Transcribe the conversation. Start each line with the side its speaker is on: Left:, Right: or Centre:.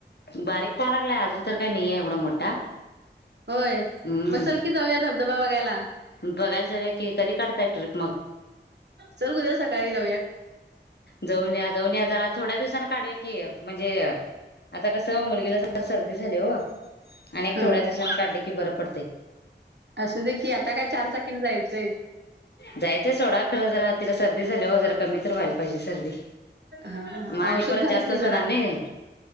Left: बारीक पा लागलाय. अजून तर काही नाहीये एवढा मोठा.
Right: होय
Left: हम्म
Right: मग चल जाऊया धबा बगायला.
Left: बघायला जाऊया की कधी काढताय ट्रिप मग?
Right: चल उद्या सकाळी जाऊया
Left: जाऊन जाऊ जाऊ जरा थोड्या दिवसाना काढूया की म्हणजे आता कसं मुलगीला तर सर्दी झाली हो आणि
Right: ह
Left: थोड्या दिवसाांनी काढले, की बरं पडते.
Right: असं दे की आता काय चार चाकीन जायचंय.
Left: जायचंय सोडा खरं जरा तिला सर्दी झाली. हो जरा कमी तर व्हायला पाहिजे सर्दी
Right: हा
Left: मग आणि
Right: औषध
Left: परत
Right: घाल
Left: जास्तच
Right: की जरा
Left: होणार नाही.